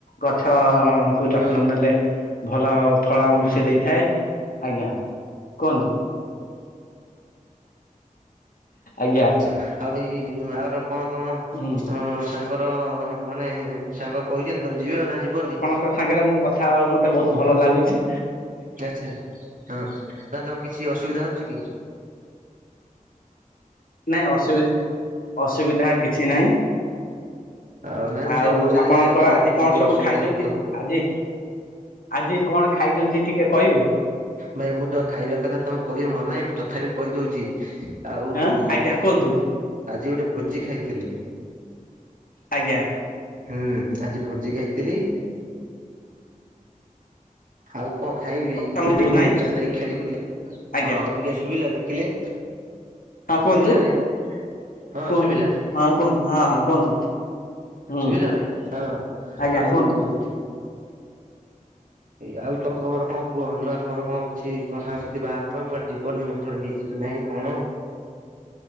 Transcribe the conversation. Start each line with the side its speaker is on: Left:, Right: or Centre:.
Left: ଗଛ କୁ ଯତ୍ନ
Right: ହଁ
Left: ନେଲେ ଭଲ ଫଳ ଆମକୁ
Right: ହୁଁ
Left: ସେ ଦେଇଥାଏ ଆଜ୍ଞା କୁହନ୍ତୁ। ଆଜ୍ଞା।
Right: ଆଚ୍ଛା ଆଉ ଏଇ ଆର କଣ
Left: ହୁଁ।
Right: ତମ ସାଙ୍ଗର ମାନେ ସାଙ୍ଗ କହିଚନ୍ତି ତମେ ଯିବ ନା ଯିବନି?
Left: ତାଙ୍କ ସାଙ୍ଗେରେ ମୁଁ କଥା ହବାକୁ ମତେ ବହୁତ୍ ଭଲ ଲାଗୁଚି।
Right: ଆଚ୍ଛା ହଁ ନା ତମ କିଛି ଅସୁବିଧା ହଉଚି କି?
Left: ନାଇଁ ଅସୁବିଧା-ଅସୁବିଧା କିଛି ନାହିଁ।
Right: ଆଉ ନାଇଁ ମୁଁ
Left: ଆଉ
Right: ସେଇଆ ପଚାରିଲି
Left: ଆପଣଙ୍କ
Right: ଭାଇ କାଳେ
Left: ଆଜି
Right: ଟିକେ
Left: କଣ ସବୁ
Right: ଅସୁବିଧା
Left: ଖାଇଚନ୍ତି
Right: ହଉଥିବ।
Left: ଆଜି? ଆଜି କଣ ଖାଇଚନ୍ତି ଟିକେ କହିବେ?
Right: ଭାଇ ମୁଁ ତ ଖାଇବା କଥା ତମକୁ କହିବା ମନେନାହିଁ ତଥାପି କହିଦଉଚି। ଆଉ
Left: ଆଁ ଆଜ୍ଞା କୁହନ୍ତୁ
Right: ଆଜି ଗୋଟେ ଭୋଜି ଖାଇଥିଲି।
Left: ଆଜ୍ଞା।
Right: ହୁଁ ଆଜି ଭୋଜି ଖାଇଥିଲି। ଆଉ କଣ ଖାଇବି ଏଇୁ
Left: ତମର
Right: <unintelligible>
Left: ନାହିଁ
Right: ଚାରିଟା ଖେଳିକୁ ଯିବି,
Left: ଆଜ୍ଞା
Right: ହଁ ଅବିକା ଶୁଭିଲା ଦେଖିଲେ?
Left: ହଁ କୁହନ୍ତୁ
Right: ଶୁଭିଲା ଭାଇ ହଁ
Left: କୁହନ୍ତୁ
Right: ଶୁଭିଲା
Left: ହଁ କୁହନ୍ତୁ ହଁ ହଁ କୁହନ୍ତୁ? ହୁଁ।
Right: ଶୁଭିଲା ଭାଇ, ହଁ
Left: ଆଜ୍ଞା
Right: ଆଉ
Left: କୁହନ୍ତୁ
Right: ଏଇ ଆଉ ତମ ଖବର କଣ କୁହ ନୂଆ ଖବର କଣ କିଛି, ତମ ସାଙ୍ଗସାଥି ବାହାଘର କୁଆଡେ ଯିବ ନିମନ୍ତ୍ରଣ ହେଇଛି। ଯିବି ନାହିଁ କଣ